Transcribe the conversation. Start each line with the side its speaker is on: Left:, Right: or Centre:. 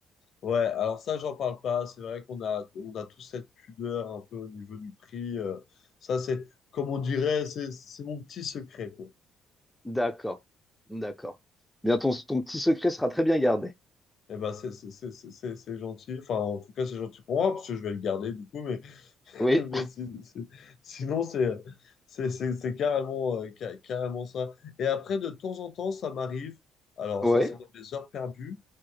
Left: Ouais, alors ça, j'en parle pas. C'est vrai qu'on a, on a tous cette pudeur un peu au niveau du prix. euh, ça, c'est, comme on dirait, c'est c'est mon petit secret, quoi.
Centre: D'accord, d'accord. Bien, ton, ton petit secret sera très bien gardé.
Left: Eh ben, c'est c'est- c'est- c'est- c'est- c'est gentil. Enfin, en tout cas, c'est gentil pour moi, parce que je vais le garder, du coup. Mais, <laughs>
Centre: Oui,
Left: mais si- si- sinon, c'est c'est- c'est- c'est carrément, euh, ca- carrément ça. Et après, de temps en temps, ça m'arrive. Alors,
Centre: oui,
Left: ça, c'est dans les heures perdues.